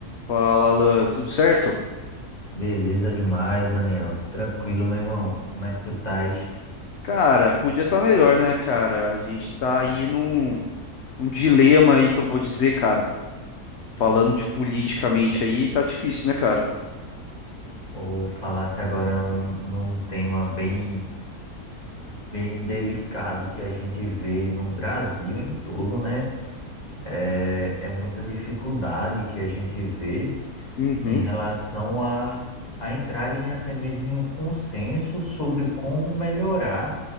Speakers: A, on the left; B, on the left.
A: Fala, Alan, tudo certo?
B: Beleza demais, Daniel. Tranquilo, meu irmão. Como é que tu estás?
A: Cara, podia estar melhor, né, cara? A gente tá aí num, num dilema aí que eu vou dizer, cara. Falando de politicamente aí, tá difícil, né, cara?
B: Ou falasse agora um, num tema bem, bem delicado que a gente vê no Brasil em todo, né? É, é muita dificuldade que a gente vê
A: Uhum,
B: em relação a, a entrar em até mesmo em um consenso sobre como melhorar